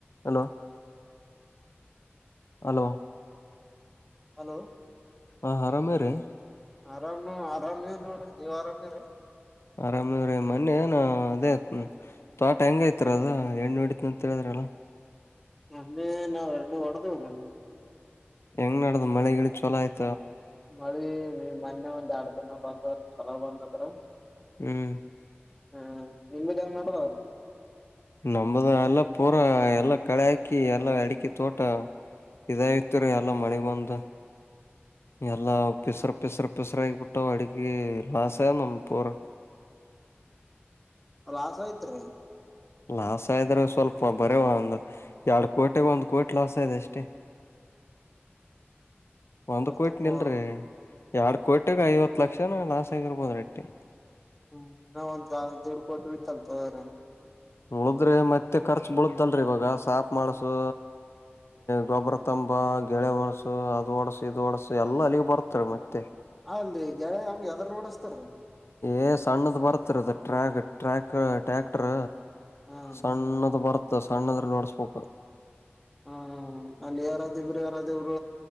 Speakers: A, on the left; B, in the centre.
A: Hello. Hello.
B: Hello
A: ಹಾ ಆರಾಮೇ ರೀ.
B: ಆರಾಮ್ ನೀ ಆರಾಮ್ ನೀವ ನೋಡ್ರಿ ನೀವ್ ಆರಾಮಿ್ರರಿ.
A: ಆರಾಮ್ರೀ ಮನ್ನಿ ಏನ ಅದೇ ತೋಟ ಹೆಂಗ ಐತ್ರ ಅದ ಎಣ್ಣ ನೋಡತ್ ಅಂತ ಹೇಳಿದ್ರ. ಚಲೋ.
B: ಅ್ಣನ್ನ ಎಣ್ಣ ಕೊಡದ ಬರ.
A: ಹೆಂಗ್ ನಡ್ದ ಮಳೆಿ ಚಲ ಆಯ್ತು.
B: ಮಳಿ ನೀ ಮೊನ್ನೆ ಒಂದ್ ಎರಡು ದಿನ ಬಂದದ ಚಲೋ ಬಂದದ್ರ.
A: ಹ್ಮ್.
B: ಹಾ ನಿಮ್ಮಂಗಡ ತರ.
A: ನಂಬದ ಎಲ್ಲ ಪೂರಾ ಎಲ್ಲ ಕಳೆ ಹಾಕಿ ಎಲ್ಲಾ ಅಡಿಕಿ ತೋಟ. ಇದ ಇತ್ತು
B: ಹ
A: ರೀ ಎಲ್ಲ ಮಳಿ ಬಂದು. ಎಲ್ಲ ಪಸರ. ಪಿಸರು ಪಿಸರು ಆಗಬಿಟ್ಟ ಅಡುಗೆ ಲಾಸ್ ನಮ್ಮಪೂರ್.
B: ಲಾಸ ಆಯ್ತ್ ರೀ.
A: ಲಾಸ್ ಆದಯ್ರೆ ಸ್ವಲ್ಪ ಬರೇವಾ ಒಂದು ಎರಡ್ ಕೋಟಿಗ ಒಂದು್ ಕೋಟಿ ಲಾಸ್ ಆಯದೆ ಅಷ್ಟೇ. ಒಂದ್
B: ಅಷ್ಟಕ್ಕೂ
A: ಕೊಯಟ್ ನಿಲ್ರಿ. ಎರಡ್ ಕೋಟಿಗ ಐವತ್ತು ಲಕ್ಷನ ಲಾಸ್ ಆಗಿರ್ಬೋದ ರೆಟ್ಟಿ.
B: ಹ್ಮ್ ನಾವ ಒಂದ ಎಡು ಕೋಟಿ ಇತ್ತಲ್ ತ್ರ.
A: ಉಳದ್ರಿ ಮತ್ತೆ ಖರ್ಚ ಬಳುದಲ್ರರಿ ಇವಾಗ ಸಾಫ ಮಾಡಸು. ಗೊಬ್ಬರ ತಂಬ ಗೆಳೆ ಒಡಸು ಅದ ಓಡಸ ಇದ ಓಡಸು ಎಲ್ಲ ಅಲ್ಲಿಗೆ ಬರ್ತಾರೆ ಮತ್ತೆ.
B: ಅಲ್ರಿ ಗೆಳೆ ಹಂಗಗೆ ಎದಾರ್ ನೋಡಸ್ತಾರೀ
A: ಏ ಸಣ್ಣದ ಬರ್ತರದ ಟ್ರ್ಯಾ ಟ್ರ್ಯಾ ಟ್ಯಾಕ್ಟರ್
B: ಹ್ಮ್
A: ಸಣ್ಣದ ಬರುತ್ತ ಸಣ್ಣದ್ರ ನೋಡ್ಸ್ಬೇಕು
B: ಹಾ ಅಲ್ಲಿ ಯಾರಾದ ಇಬ್ರು ಯಾರಾದ ಇರು